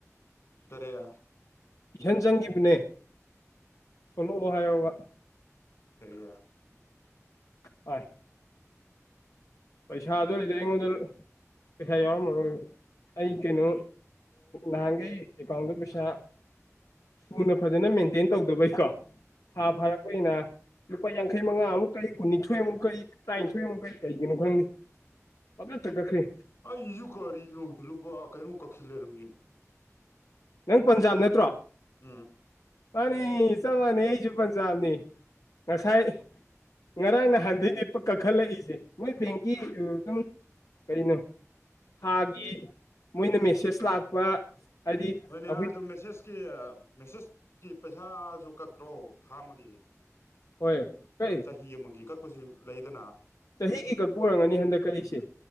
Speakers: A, on the left; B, on the left.
A: ꯇꯔꯦꯌꯥ
B: ꯏꯆꯟ ꯆꯪꯈꯤꯕꯅꯦ ꯁꯣꯂꯛꯑꯣ ꯍꯥꯏꯌꯣꯕ
A: ꯁꯤꯒ
B: ꯑ ꯄꯩꯁꯥ ꯑꯗꯨꯣꯔꯗꯤ ꯑꯩꯉꯣꯟꯗ ꯄꯩꯁꯥ ꯌꯥꯎꯔꯝꯃꯔꯣꯏ ꯑꯩ ꯀꯩꯅꯣ ꯅꯍꯥꯟꯈꯩ ꯑꯦꯀꯥꯎꯟꯗ ꯄꯩꯁꯥ ꯁꯨꯅ ꯐꯖꯅ ꯃꯦꯟꯇꯦꯟ ꯇꯧꯗꯕꯩꯀꯣ ꯊꯥ
A: ꯎꯝ
B: ꯐꯥꯔꯛꯄꯅꯤꯅ ꯂꯨꯄꯥ ꯌꯥꯡꯈꯩ ꯃꯉꯥꯃꯨꯛ ꯀꯩ ꯀꯨꯟꯅꯤꯊꯣꯏꯃꯨꯛ ꯀꯩ ꯇꯔꯥꯅꯤꯊꯣꯏꯃꯨꯛ ꯀꯩ ꯀꯔꯤ ꯀꯩꯅꯣ ꯈꯪꯦ ꯐꯒꯠ ꯆ ꯀꯠꯈ꯭ꯔꯤ
A: ꯑꯩꯁꯨ ꯀꯔꯤꯅꯣ ꯈꯪꯗꯦ ꯂꯨꯄꯥ ꯀꯩꯅꯣ ꯀꯛꯁꯤ ꯂꯩꯔꯝꯃꯤꯅꯤ
B: ꯅꯪ ꯄꯟꯖꯥꯕ ꯅꯠꯇ꯭ꯔꯣ
A: ꯎꯝ
B: ꯃꯥꯅꯤ ꯆꯞ ꯃꯥꯟꯅꯤ ꯑꯩꯁꯨ ꯄꯟꯖꯥꯕꯅꯤ ꯉꯁꯥꯏ ꯉꯔꯥꯡ ꯅꯍꯥꯟꯊꯩ ꯂꯄ ꯀꯥꯈꯠꯂꯛꯏꯁꯦ ꯃꯣꯏ ꯕꯦꯡꯒꯤ ꯑꯗꯨꯝ ꯀꯔꯤꯅꯣ ꯊꯥꯒꯤ ꯃꯣꯏꯅ ꯃꯦꯁꯦꯁ ꯂꯥꯛꯄ ꯍꯥꯏꯗꯤ
A: ꯍꯣꯏꯅꯦ
B: ꯑꯩꯈꯣꯏꯅ
A: ꯑꯥ ꯑꯗꯨ ꯃꯦꯁꯦꯁꯀꯤ ꯃꯦꯁꯦꯁꯀꯤ ꯄꯩꯁꯥꯁꯨ ꯀꯛꯇ꯭ꯔꯣ ꯊꯥ ꯑꯃꯒꯤ
B: ꯍꯣꯏ ꯀꯩ
A: ꯆꯍꯤ ꯑꯃꯒꯤ ꯀꯛ ꯄꯄꯁꯤ ꯂꯩꯗꯅ
B: ꯆꯍꯤꯒꯤ ꯀꯛꯄꯔꯝꯒꯅꯤ ꯍꯟꯗꯛ ꯑꯩꯁꯦ